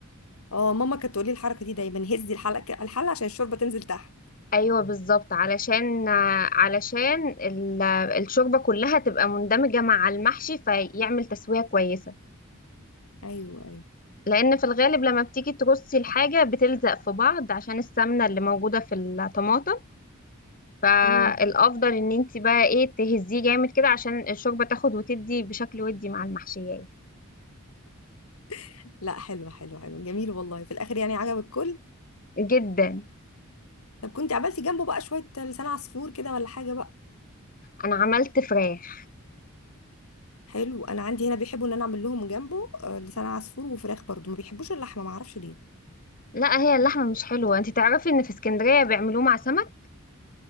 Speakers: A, on the left; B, on the left.
A: اه ماما كانت تقولي الحركه دي دايما هزي الحلقه الحله عشان الشوربه تنزل تحت
B: ايوه بالظبط علشان آه، علشان ال- الشوربة كلها تبقى مندمجة مع المحشي فيعمل تسوية كويسة
A: ايوه ايوه
B: لأن في الغالب لما بتيجي ترصي الحاجة بتلزق في بعض عشان السمنة اللي موجودة في الطماطم فالافضل
A: امم
B: ان انت بقى ايه تهزيه جامد كده عشان الشوربه تاخد وتدي بشكل ودي مع المحشيه
A: <laughs> لا حلو حلو حلو جميل والله في الاخر يعني عجب الكل
B: جدا
A: طب كنت عملتي جنبه بقى شويه لسان عصفور كده ولا حاجه بقى
B: انا عملت فراخ
A: حلو انا عندي هنا بيحبوا ان انا اعمل لهم جنبه آه، لسان عصفور وفراخ برضو ما بيحبوش اللحمه ما اعرفش ليه
B: لا هي اللحمه مش حلوه انت تعرفي ان في اسكندريه بيعملوه مع سمك